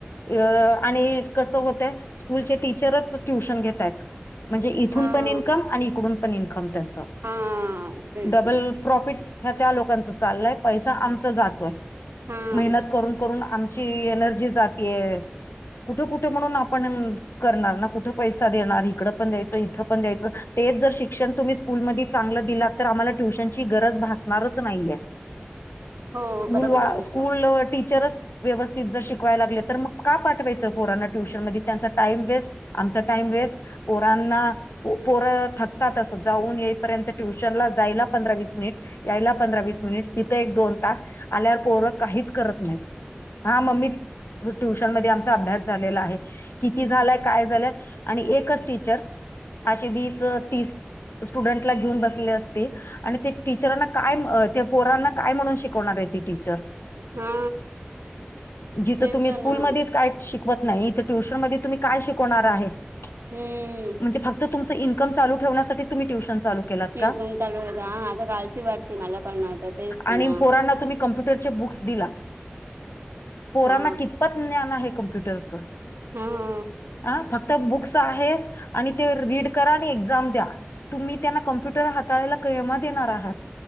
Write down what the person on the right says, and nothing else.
हा.
हा तेच
ना
हा
हो
बरोबर
सांगितलं
हा
तेच
तर
ना
हम्म.
ट्युशन
चालू होता हा आता कालची वाटते मला पण आता तेच पण
हा.
हां.